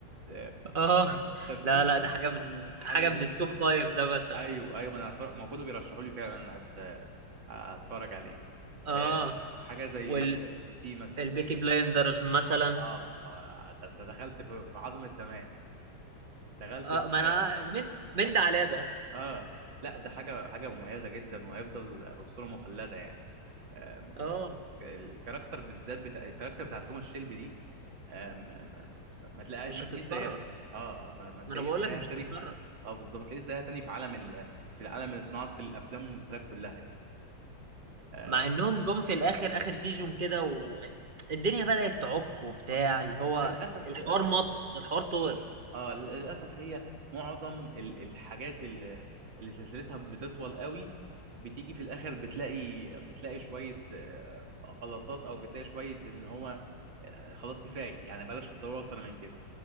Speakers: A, on the right; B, on the right.
A: آه،
B: اه <laughs>
A: طب سي
B: لا لا ده حاجه من
A: حاجة
B: حاجه من
A: زي
B: التوب فايف ده مثلا
A: ايوه ايوه ما انا هتفرج ما هو كله بيرشحوا لي فعلا انا هت... هتفرج عليه آه،
B: اه
A: حاجه زي
B: والبيكي
A: سي مثلا
B: بلايندرز مثلا
A: اه آه، ده انت دخلت في في عظمه زمان دخلت
B: اه
A: في
B: ما
A: حاجه
B: انا من من ده على ده
A: اه لا ده حاجه حاجه مميزه جدا وهيفضل اسطوره مخلده يعني آم،
B: اه
A: الكاركتر بالذات بتاع الكاركتر بتاع توماس شيلبي دي آم، آم، ما تلاقي
B: مش
A: ما
B: هتتكرر
A: تلاقيش زيها اه اه ما ما تلاقيش
B: ما انا بقول
A: زيها
B: لك مش
A: تاني
B: هتتكرر
A: في اه بالظبط ما تلاقيش زيها تاني في عالم ال... في العالم صناعه الافلام والمسلسلات كلها يعني آه،
B: مع انهم جم في الاخر اخر سيزون كده والدنيا بدأت تعك وبتاع
A: أم-
B: اللي هو
A: للأسف
B: الحوار
A: للأسف
B: مط الحوار طول
A: اه للأسف هي معظم ال- الحاجات اللي, اللي سلسلتها بتطول قوي بتيجي في الآخر بتلاقي بتلاقي شوية آه، غلطات أو بتلاقي شوية إن هو آه، خلاص كفاية يعني بلاش تطور أكتر من كده